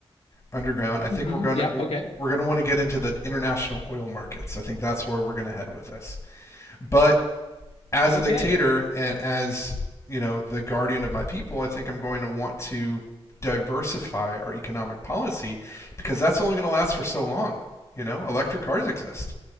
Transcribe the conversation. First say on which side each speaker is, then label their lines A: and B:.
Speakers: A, on the left; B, on the left.
A: underground. I think
B: Mhm, mhm.
A: we're going
B: Yep.
A: to
B: Okay.
A: we're going to want to get into the international oil markets. I think that's where we're going to head with this. But as
B: Okay.
A: a dictator and as you know the guardian of my people, I think I'm going to want to diversify our economic policy because that's only going to last for so long. You know, electric cars exist.